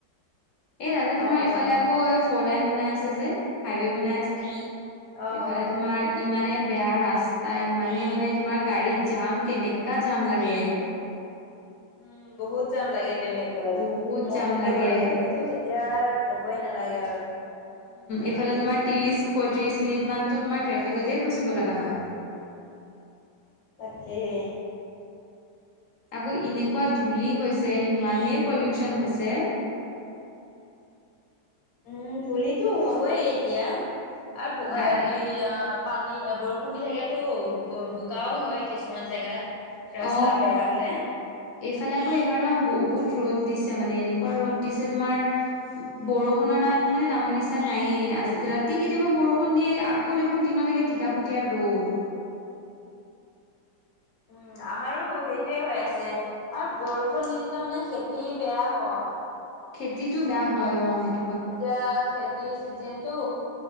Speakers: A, on the left (about 65°); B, on the left (about 85°).
A: এ দাদা তোমাৰ
B: অহ,
A: এইফালে
B: অহ,
A: আকৌ এফ- ফ'ৰ লাইন বনাই আছে যে হাইৱে বনাই আছে
B: অহ,
A: এইফালে
B: অহ।
A: তোমাৰ। ইমানে বেয়া ৰাস্তা ইমানে মানে তোমাৰ গাড়ীত জাম কেনেকা জাম লাগে।
B: উম, বহুত জাম লাগে তেনেকুৱা
A: বহুত
B: নতুনকে
A: জাম লাগে
B: বনাই থাকিলেতো তেত- এতিয়া ক'বই নালাগে আৰু।
A: এইফালে তোমাৰ ত্ৰিছ পঁয়ত্ৰিছ মিনিটমানতটো তোমাৰ ট্ৰেফিকতেই ফচিব লগা হয়।
B: তাকেহে।
A: আকৌ এনেকুৱা ধূলি হৈছে ইমানেই পলিউচন হৈছে।
B: উম, ধূলিতো হ'বই এতিয়া আৰবো
A: গাৰ
B: এইয়াব পানী বৰষুণ দি থাকে তো। বোকাও হয় কিছুমান জেগাত। ৰাস্তা
A: অ।
B: বেয়া হ'লে।
A: এইফালে আকৌ এইবাৰ তোমাৰ বহুত ৰ'দ দিছে মানে এনেকুৱা ৰ'দ দিছে তোমাৰ বৰষুণৰ নাম মানে নামৰ নিচা নায়ে, আজি ৰাতি কেতিয়াবা বৰষুণ দিয়ে, আক- কৌ দেখোন দিন ছকে টিকাপুটীয়া ৰ'দ।
B: উম, আমাৰো সেইটোয়ে হৈ আছে। আৰু বৰষুণ নিদিলে মানে খেতি বেয়া হয়।
A: খেতিটো বেয়া হয় অ সেইট-
B: এতিয়া খেতিৰ চিজনটো